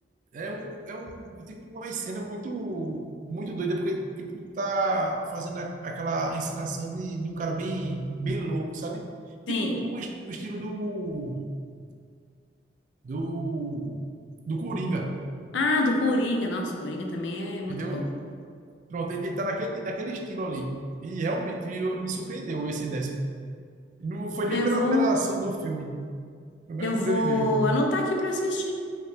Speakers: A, on the right; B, on the left.
A: É um, é um tipo uma cena muito muito doida porque tipo tá fazendo a- aquela encenação de, de um cara bem bem louco, sabe?
B: Sim.
A: Tipo o, est- o
B: Tipo,
A: estilo do do do Coringa,
B: ah, do Coringa. Nossa, Coringa também é muito
A: entendeu?
B: bom.
A: Pronto, ele, ele tá naquele naquele estilo ali. E realmente eu- me surpreendeu esse décimo. Não foi
B: Ah,
A: nem
B: Eu
A: pela
B: vou,
A: pela ação do filme, foi mais
B: eu
A: por
B: vou
A: ele mesmo.
B: anotar aqui pra assistir.